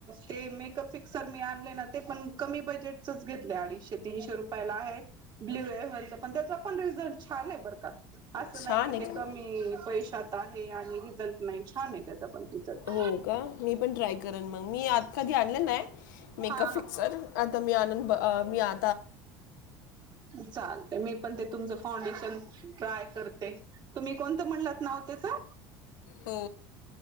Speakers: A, on the right; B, on the left.
A: ते मेकअप फिक्सर मी आणले ना ते पण कमी बजेटच घेतले अडीचशे तीनशे रुपयाला आहे ब्ल्यू हेव्हनचा पण त्याचा पण रिझल्ट छान आहे बरं का अस
B: छान
A: नाही कि
B: आहे
A: ते
B: का
A: कमी पैश जात आहे आणि रिझल्ट नाही छान आहे त्याचा पण रिझल्ट
B: हो का मी पण ट्राय करन मग मी आ कधी आणलं नाही मेकअप
A: हा
B: फिक्सर आता मी आनंद मी आ
A: चालत मी पण ते तुमचं फाउंडेशन ट्राय करते तुम्ही कोणतं म्हणलात नाव त्याचं
B: हो